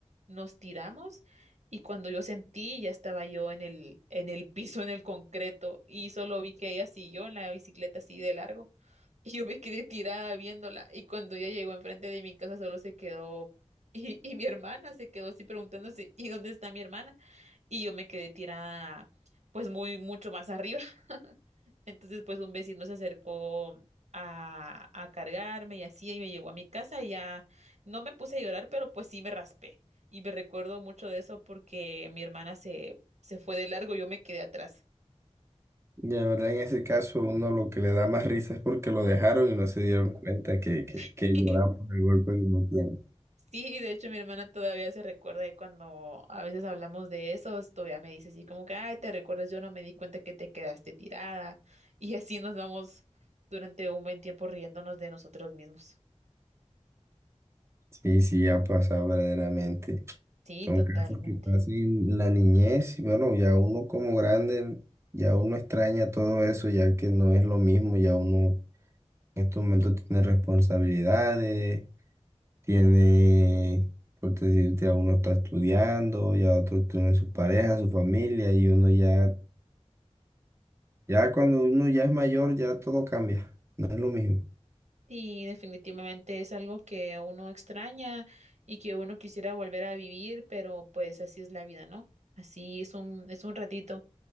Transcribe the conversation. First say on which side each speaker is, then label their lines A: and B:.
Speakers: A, on the right; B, on the right.
A: nos tiramos y cuando yo sentí ya estaba yo en el, en el piso, en el concreto y solo vi que ella siguió en la bicicleta así de largo <laughs> y yo me quedé tirada viéndola y cuando ella llegó enfrente de mi casa solo se quedó y, y mi hermana se quedó así preguntándose, ¿y dónde está mi hermana? y yo me quedé tirada pues muy mucho más arriba. <laughs> Entonces pues un vecino se acercó a, a cargarme y así y me llevó a mi casa y ya no me puse a llorar, pero pues sí me raspé. Y me recuerdo mucho de eso porque mi hermana se, se fue de largo, yo me quedé atrás.
B: Y la verdad, en ese caso, uno lo que le da más risa es porque lo dejaron y no se dieron cuenta que, que,
A: <laughs>
B: que lloraba por el golpe que uno tiene.
A: Sí, de hecho mi hermana todavía se recuerda de cuando a veces hablamos de eso, todavía me dice así como que, ay, ¿te recuerdas? Yo no me di cuenta que te quedaste tirada. Y así nos vamos durante un buen tiempo riéndonos de nosotros mismos.
B: Sí, sí, ha pasado verdaderamente.
A: Sí,
B: Son
A: totalmente.
B: casos que pasan en la niñez y bueno, ya uno como grande, ya uno extraña todo eso, ya que no es lo mismo, ya uno en estos momentos tiene responsabilidades, tiene, por decirte, a uno está estudiando, ya otro tiene su pareja, su familia y uno ya Ya cuando uno ya es mayor, ya todo cambia. No es lo mismo.
A: Sí, definitivamente es algo que uno extraña y que uno quisiera volver a vivir, pero pues así es la vida, ¿no? Así es un, es un ratito.